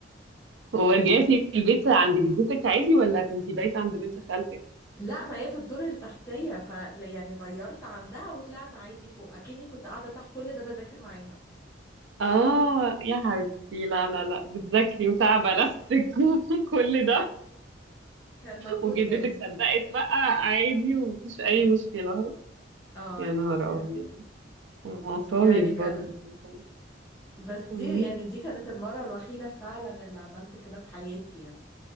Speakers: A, on the right; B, on the left.
A: ورجعتي البيت عند جدتك عادي ولا كنتي بايتة عند بنت خالتك؟
B: لا ما هي في الدور التحتية ف يعني غيرت عندها وطلعت عادي فوق أكني كنت قاعدة تحت كل ده بذاكر معاها
A: اه يا حبيبتي لا لا لا بتذاكري وتعبة نفسك <laughs> وكل ده
B: كان مجهود
A: وجدتك
B: جامد
A: صدقت بقى عادي ومفيش
B: اه
A: أي مشكلة ها؟
B: اه
A: يا
B: يعني
A: نهار أبيض مصايب
B: يعني كان
A: برضه مصايب
B: بس دي
A: أمم،
B: يعني دي كانت المرة الوحيدة فعلا اللي عملت كده في حياتي يعني